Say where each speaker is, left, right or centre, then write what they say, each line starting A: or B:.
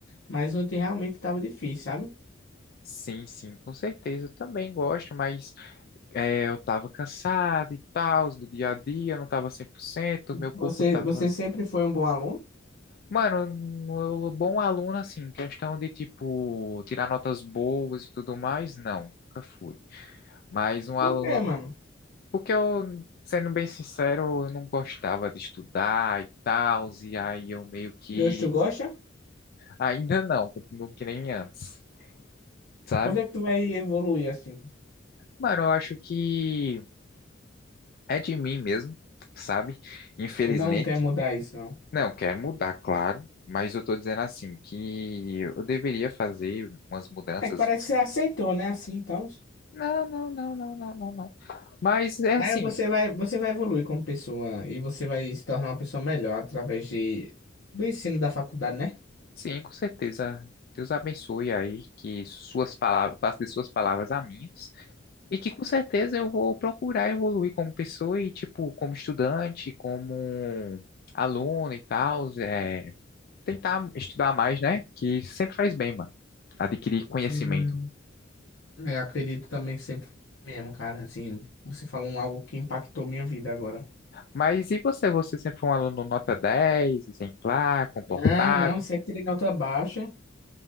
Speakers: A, on the left; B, on the left.
A: Mas ontem realmente tava difícil, sabe?
B: Sim, sim, com certeza. Eu também gosto, mas é, eu tava cansado e tal, do dia a dia, eu não tava cem por cento meu corpo
A: Você,
B: tava.
A: você sempre foi um bom aluno?
B: Mano, eu, eu- bom aluno, assim, questão de, tipo, tirar notas boas e tudo mais, não, nunca fui. Mas um aluno.
A: Por quê, mano?
B: Porque eu, sendo bem sincero, eu não gostava de estudar e tal, e aí eu meio que.
A: E hoje tu gosta?
B: Ainda não, continuo que nem antes, sabe?
A: Quando é que tu vai evoluir assim?
B: Mano, eu acho que. é de mim mesmo, sabe? Infelizmente.
A: Tu não quer mudar isso, não.
B: Não, quero mudar, claro, mas eu tô dizendo assim, que eu deveria fazer umas mudanças.
A: É que parece que você aceitou, né? Assim, então.
B: Não, não, não, não, não, não, não. Mas é assim,
A: Aí você vai, você vai evoluir como pessoa e você vai se tornar uma pessoa melhor através de, do ensino da faculdade, né?
B: sim, com certeza. Deus abençoe aí que suas palavras, passe de suas palavras a minhas, e que com certeza eu vou procurar evoluir como pessoa e, tipo, como estudante, como aluno e tal, é, tentar estudar mais, né? Que sempre faz bem, mano, adquirir conhecimento.
A: Hum, eu acredito também que sempre mesmo, cara. Assim, você falou um algo que impactou minha vida agora.
B: Mas e você? Você sempre foi um aluno nota 10 exemplar, comportado?
A: Não, não, sempre tirei nota baixa.